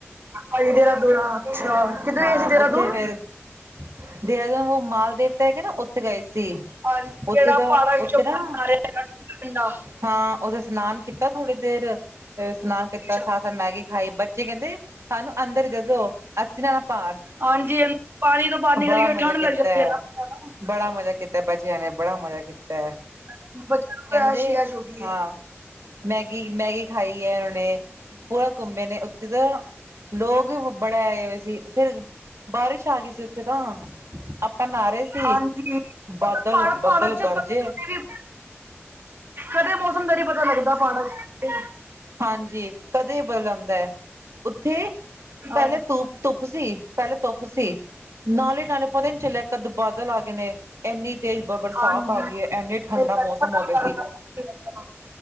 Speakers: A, on the right; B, on the right.
A: ਹਾਜੀ ਦੇਹਰਾਦੂਨ ਅੱਛਾ ਕਿੱਧਰ
B: ਹਾਂ
A: ਗੇ ਸੀ ਦੇਹਰਾਦੂਨ।
B: ਉੱਥੇ ਫੇਰ ਦੇਹਰਾਦੂਨ ਉਹ ਮਾਲਦੇਵ ਤੇ ਹੈਗੇ ਨਾ ਉੱਥੇ ਗਏ ਸੀ।
A: ਹਾਂਜੀ ਜਿਹੜਾ
B: ਉੱਥੇ ਤਾਂ
A: ਪਹਾੜਾਂ ਵਿੱਚੋਂ
B: ਉੱਥੇ ਨਾ
A: ਪਾਣੀ ਆ ਰਿਹਾ ਇੰਨਾ ਠੰਡਾ।
B: ਹਾਂ ਉਥੇ ਇਸ਼ਨਾਨ ਕੀਤਾ ਥੋੜ੍ਹੀ ਦੇਰ ਤੇ ਇਸ਼ਨਾਨ ਕੀਤਾ
A: ਅੱਛਾ
B: ਸਾਥ-ਸਾਥ ਮੈਗੀ ਖਾਈ, ਬੱਚੇ ਕਹਿੰਦੇ ਸਾਨੂੰ ਅੰਦਰ ਈ ਦੇ ਦੋ। ਅੱਸੀ ਨਾ ਭਾਰ,
A: ਹਾਂਜੀ ਪਾਣੀ ਤੋਂ ਬਾਹਰ ਨਿਕਲ
B: ਬੜਾ
A: ਕੇ
B: ਮਜਾ
A: ਠੰਢ
B: ਕੀਤਾ
A: ਲੱਗ ਜਾਂਦੀ ਹੈ ਨਾ
B: ਆ। ਬੜਾ ਮਜਾ ਕੀਤੈ ਬਚੇਆਂ ਨੇ, ਬੜਾ ਮਜਾ ਕੀਤੈ।
A: <inaudible>
B: ਤੇ
A: ਗਈ
B: ਹਾਂ,
A: ਹੈ
B: ਮੈਗੀ, ਮੈਗੀ ਖਾਈ ਐ ਹਣੇ। ਪੂਰਾ ਘੁੰਮੇ ਨੇ ਉੱਥੇ ਤਾਂ, ਲੋਗ ਵੀ ਬੜੇ ਆਏ ਹੋਏ ਸੀ, ਫੇ ਬਾਰਿਸ਼ ਆਗੀ ਸੀ ਉਥੇ ਤਾਂ, ਆਪਾਂ ਨਾਅ ਰੇ ਸੀ।
A: ਹਾਂਜੀ
B: ਬਾਦੱਲ-ਬੱਦਲ
A: ਪਹਾੜ ਪਹਾੜਾਂ ਚ
B: ਗਰਜੇ
A: ਕਦੇ ਵੀ ਕਦੇ ਮੌਸਮ ਦਾ ਨੀ ਪਤਾ ਲੱਗਦਾ ਪ੍ਹਾੜਾ ਚ ਤੇ।
B: ਹਾਂਜੀ, ਕਦੇ ਬਦਲ ਜਾਂਦੈ ਉਥੇ
A: ਹਾਂ
B: ਪ੍ਹੈਲੇ ਤੁੱਪ, ਧੁੱਪ ਸੀ, ਪ੍ਹੈਲੇ ਧੁੱਪ ਸੀ। ਨਾਲੇ-ਨਾਲੇ ਪਤਾ ਈ ਨੀ ਚੱਲੇਆ ਕੱਦ ਬਾਦਲ ਆਗੇ ਨੇ। ਐਨੀ ਤੇਜ ਬ ਬਰਸਾਤ
A: ਹਾਂਜੀ
B: ਆਗੀ
A: ਇਹ
B: ਏ, ਐਨੇ ਠੰਡਾ ਮੌਸਮ
A: ਗੱਲ ਪਤਾ
B: ਹੋ ਗੇਆ ਸੀ,
A: ਨੀ ਲੱਗਦਾ